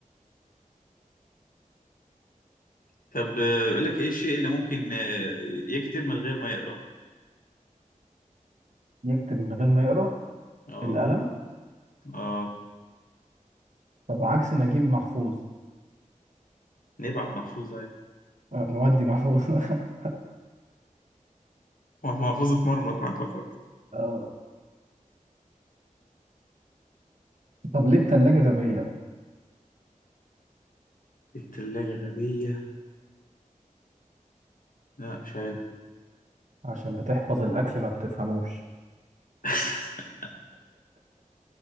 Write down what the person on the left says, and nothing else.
طب آه، يقول لك إيه الشيء اللي ممكن آه، يكتب من غير ما يقرأ؟
أه
اه
نبعت محفوظ عادي
<laughs> محفوظ اتمرمط مع الخرز
التلاجة غبية لا مش عارف
<laughs>